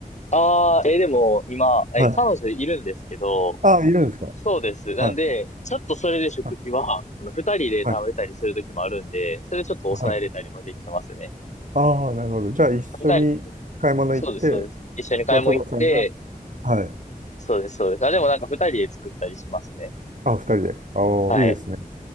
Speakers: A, on the left; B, on the right.
A: ああ、えー、でも、今、
B: はい。
A: え、彼女いるんですけど、
B: あ、いるんですか
A: そうです。なんで、
B: はい。
A: ちょっとそれで食費は、
B: はい。
A: あの、二人で食べたりするときもあるんで、
B: はい。
A: それちょっと抑えれたりもできてますね。
B: はいああ、なるほど。じゃあ、一緒に買い物行って、
A: 二人、そうです、そうです。一緒に買い物行って、
B: 松岡さんが、はい。
A: そうです、そうです。あ、でもなんか二人で作ったりしますね。
B: あ、二人で。ああ、
A: はい。
B: いいですね。